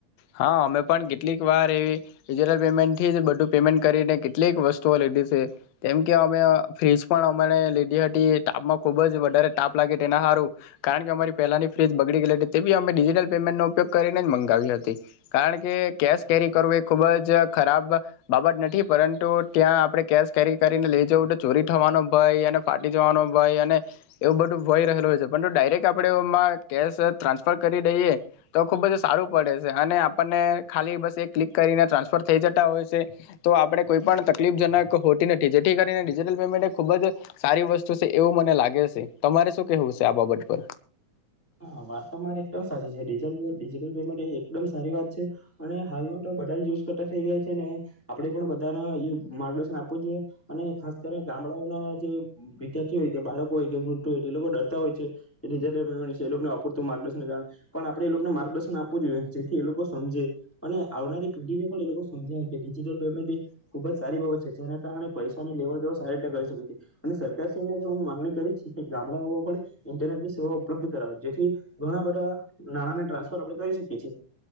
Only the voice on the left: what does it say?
હા અમે પણ કેટલીક વાર એવી ડિજિટલ પેમેન્ટથી જ બધું પેમેન્ટ કરીને કેટલીક વસ્તુઓ લીધી છે કેમ કે અમે ફ્રીજ પણ અમારે લીધી હતી તાપમાં ખૂબ જ વધારે તાપ લાગે તે એના સારું કારણ કે અમારી પહેલાંની ફ્રીજ બગડી ગયેલી હતી તે બી અમે ડિજિટલ પેમેન્ટનો ઉપયોગ કરીને જ મંગાવી હતી. કારણ કે કેશ કેરી કરવું એ ખુબ જ ખરાબ બાબત નથી પરંતુ ત્યાં આપડણે કેશ કેરી કરીને લઈ જવું તો ચોરી થવાનો ભય અને ફાટી જવાનો ભય અને એવું બધું ભય રહેલું હોય છે પરંતુ ડાયરેક્ટ આપણે એમાં કેશ ટ્રાન્સફર કરી દઈએ તો ખુબ જ સારું પડે છે. અને આપણને ખાલી બસ એ ક્લિક કરીને ટ્રાન્સફર થઈ જતા હોય છે તો આપડે કોઈ પણ તકલીફજનક હોતી નથી જેથી કરીને ડિજટલ પેમેન્ટ એ ખુબ જ સારી વસ્તુ છે એવું મને લાગે છે તમારે શું કેવું છે આ બાબત પર.